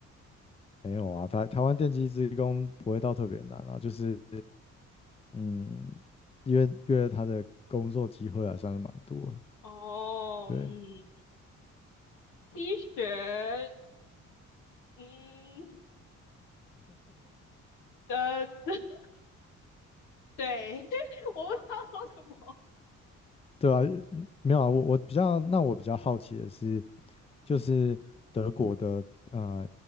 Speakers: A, on the left (about 20°); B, on the left (about 85°).
A: <laughs> 没有啊，台台湾电机职工不会到特别难啊，就是嗯，因为因为他的工作机会还算是蛮多的，
B: 哦，
A: 对
B: 嗯，医学，嗯，呃，<laughs> 对，<laughs> 我不知道说什么。
A: 对啊，没有啊，我我比较，那我比较好奇的是。就是德国的，呃，